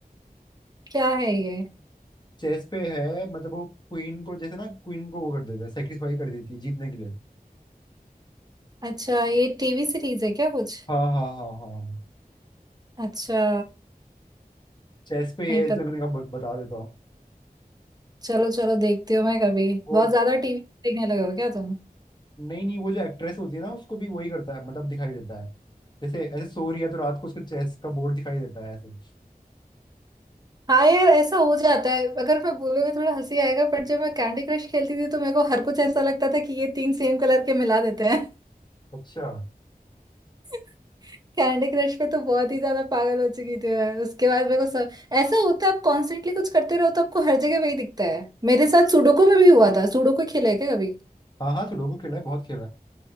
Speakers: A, on the right (about 25°); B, on the left (about 30°).
A: क्या है ये
B: चेस पे है मतलब वो क्वीन को जैसे ना क्वीन को वो कर देता है सेक्रीफाई कर देती है जीतने के लिए
A: अच्छा ये टीवी सीरीज है क्या कुछ
B: हाँ हाँ हाँ हाँ
A: अच्छा
B: चेस पे
A: नहीं
B: है इसलिए
A: पता
B: मैंने कहा ब- बता देता हूँ
A: चलो चलो देखती हो मैं कभी
B: वो
A: बहुत ज्यादा टीवी देखने लगे हो क्या तुम
B: नहीं नहीं वो जो एक्ट्रेस होती है ना उसको भी वही करता है मतलब दिखाई देता है जैसे ऐसे सो रही है तो रात को उसको चेस का बोर्ड दिखाई देता है ऐसे
A: हाँ यार ऐसा हो जाता है अगर मैं बोलूंगी थोड़ा हंसी आएगा बट जब मैं कैंडी क्रश खेलती थी तो मेरे को हर कुछ ऐसा लगता था कि ये तीन सेम कलर के मिला देते हैं
B: अच्छा
A: <laughs> कैंडी क्रश पे तो बहुत ही ज्यादा पागल हो चुकी थी मैं उसके बाद मेरे को सब ऐसा होता है आप कॉन्स्टेंटली कुछ करते रहो तो आपको हर जगह वही दिखता है मेरे साथ सुडोकू में भी हुआ था सुडोकू खेला है क्या कभी
B: हाँ हाँ सुडोकू खेला है बहुत खेला है